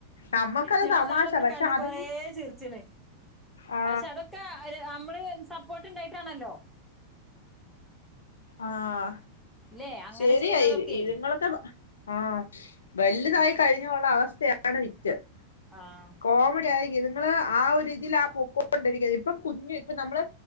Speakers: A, on the left (about 70°); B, in the centre.
A: നമ്മക്കത്
B: ഞാൻ
A: തമാശ
B: നാളൊന്ന്
A: പക്ഷെ
B: കണ്ടു
A: അതും
B: കൊറ ചിരിച്ചണ്.
A: ആ
B: പക്ഷെ അതൊക്കെ നമ്മള് സപ്പോർട്ട് ഉണ്ടായിട്ടാണല്ലോ.
A: ആഹ
B: ല്ലേ അങ്ങനെ
A: ശരിയായി
B: ചെയ്യണതൊക്കെ
A: ഇ തിങ്ങളൊക്കെ. ആഹ വലുതായി
B: ഉം
A: കഴിഞ്ഞുള്ള അവസ്ഥയാണ് വിറ്റ്.
B: ആഹ്
A: കോമടിയ്യായി. നിങ്ങള് ആ ഇതിൽ ആ <unintelligible> ഇപ്പം കുഞ്ഞു ഇപ്പ നമ്മള്